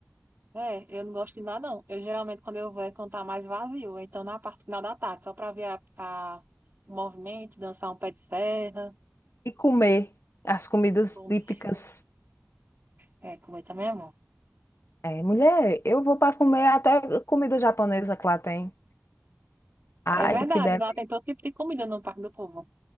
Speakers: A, on the right (about 55°); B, on the left (about 80°).
A: É, eu não gosto de ir lá, não. Eu geralmente, quando eu vou, é cantar mais vazio. Então, na parte final da tarde, só pra ver a, a- o movimento, dançar um pé de serra.
B: e comer as comidas
A: Comer.
B: típicas.
A: É, comer também é bom.
B: É, mulher, eu vou para comer até comida japonesa que lá tem. Ai,
A: É verdade,
B: que deve.
A: lá tem todo tipo de comida no Parque do Povo.